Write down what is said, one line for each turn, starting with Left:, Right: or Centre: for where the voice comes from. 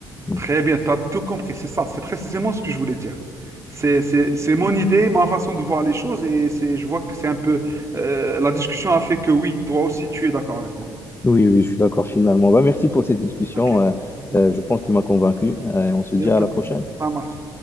Left: Hum.
Right: Très bien, tu as tout compris, c'est ça, c'est précisément ce que je voulais dire. C'est, c'est, c'est mon idée, ma façon de voir les choses, et c'est, je vois que c'est un peu... euh, la discussion a fait que oui, toi aussi, tu es d'accord avec moi.
Left: Oui, oui, je suis d'accord finalement. Bah, merci pour cette discussion.
Right: Ok,
Left: Euh,
Right: ok.
Left: euh, je pense que tu m'as convaincu. Euh, on se dit
Right: Il y a un
Left: à
Right: peu
Left: la prochaine.
Right: Ça marche.